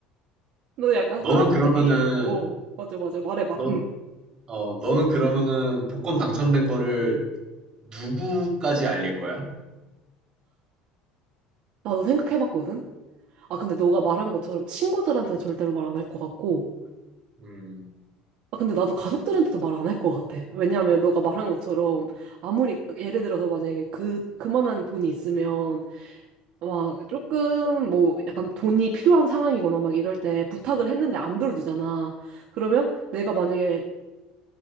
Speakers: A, on the right; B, on the right.
A: 너 약간
B: 너는
A: 사람들이
B: 그러면은
A: 어 맞아 맞아 말해봐
B: 너,
A: 응.
B: 어, 너는 그러면은 복권 당첨된 거를 누구까지 알릴 거야?
A: 나도 생각해봤거든 아 근데 너가 말한 것처럼 친구들한테는 절대로 말 안 할 것 같고
B: 음.
A: 아 근데 나도 가족들한테도 말 안 할 것 같아 왜냐하면 너가 말한 것처럼 아무리 예를 들어서 만약에 그 그만한 돈이 있으면 와, 조금 뭐 약간 돈이 필요한 상황이거나 막 이럴 때 부탁을 했는데 안 들어주잖아. 그러면 내가 만약에